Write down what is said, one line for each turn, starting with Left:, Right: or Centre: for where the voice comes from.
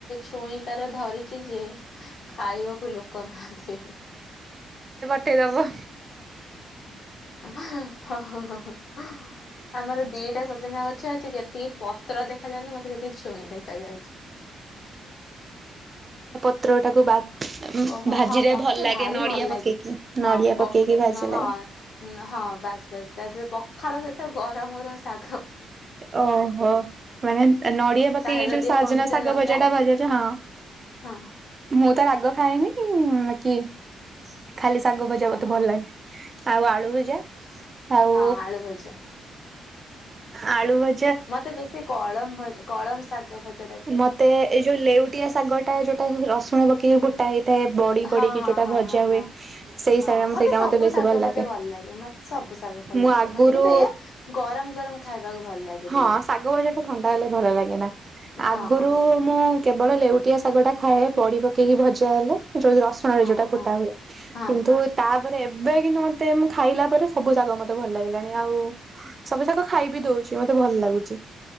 Left: ଛୁଇଁ ତାର ଧରିଛି ଯେ ଖାଇବାକୁ ଲୋକ ନାହାନ୍ତି।
Right: କିଏ ଦବ?
Left: <inaudible> ଆମର ଦିଟା ସଜନା ଗଛ ଅଛି ଯେ ଟିକେ ପତ୍ର ଦେଖା ଯାଉନି ମତେ ସେତିକି ଛୁଇଁ ଦେଖ ଯାଉଛି। <inaudible>
Right: ତ୍ରଟାକୁ ବା
Left: ଓହୋ
Right: ଭାଜିଲେ
Left: ହଁ ମତେ
Right: ଭଲ ଲାଗେ
Left: ଭାରି
Right: ନଡିଆ
Left: ଭଲ
Right: ପକେଇକି
Left: ଲାଗେ ହଁ
Right: ନଡିଆ ପକେଇକି ଭାଜିଲେ
Left: ହଁ ହଁ ବାସ୍ ବାସ୍ ତା ସହିତ ପ ଖାଳ ସହିତ ଗରମ ଗରମ ଶା
Right: ଓହୋ ମାନେ ନଡିଆ ପକେଇକି
Left: ତା ସହିତ
Right: ଯୋଉ
Left: ଟିକେ
Right: ସଜନା
Left: କଞ୍ଚା
Right: ଶାଗ
Left: ଲଙ୍କା
Right: ଭଜା ଟା ଭଜି ଅଛି ହଁ
Left: ହଁ
Right: ମୁଁ ତ ରାଗ ଖାଇ ନ କିି <inaudible> ଖାଲି ଶାଗ ଭଜାତେ
Left: ଓହୋ
Right: ଭଲ ଲାଗେ। ଆଉ ଆଳୁ ଭଜା? ଆଉ
Left: ହଁ ଆଳୁଭଜା
Right: <inaudible> ଆଳୁ ଭ
Left: ମତେ ବେଶୀ କଳମ କଳମ ଶାଗ ଭଜ
Right: ମତେ ଏଇ ଯୋଉ ଲେଉଟିଆ ଶାଗ ଟା ଯୋଉଟା ରସୁଣ ବକ କି ଗୋଟାଏ ମେ ବଡି ପଡି
Left: ହଁ
Right: କି
Left: ହଁ
Right: ଯୋଉଟା
Left: ହଁ
Right: ଭଜା
Left: ହଁ
Right: ହୁଏ
Left: ହଁ।
Right: ସେଇ
Left: ହଁ
Right: ସେଇଟା
Left: ସବୁ
Right: ମତେ ବେଶୀ
Left: ଶାଗ
Right: ଭଲ
Left: ମତେ
Right: ଲାଗେ
Left: ମତେ ସବୁ ଶାଗ ଭଲ
Right: ମୁଁ
Left: ଲାଗେ
Right: ଆଗରୁ
Left: ମତେ କିନ୍ତୁ ଏଇଆ ଗରମ ଗରମ ଖାଇବାକୁ ଭଲ ଲାଗେ
Right: ହଁ
Left: ଟିକେ
Right: ଶାଗ ଭଜା ଟା ଥଣ୍ଡା ହେଲେ ଭଲ ଲାଗେ ନା।
Left: ହଁ
Right: ଆଗରୁ ମୁଁ ହଁ କେବଳ ଲେଉଟିଆ ଶାଗ ଟା ଖାଏ ପଡି ପକେଇକି ଭଜା ହେଲେ। ଯୋଉି ରସୁଣ
Left: ହଁ
Right: ରେ ଯୋଉଟା ଫୁଟା
Left: ହଁ
Right: ହୁଏ।
Left: ହଁ
Right: କିନ୍ତୁ
Left: ହଁ
Right: ତାପରେ ଏ <unintelligible> ମତେ ମୁଁ ଖାଇଲା ପରେ ସବୁ ଜାଗ ମତେ ଭଲ ଲାଗିଲାଣି ଆଉ ସବୁ ଜାଗ ଖାଇବି ଦଉଛି। ମତେ ତେ ଭଲ ଲାଗୁଛି।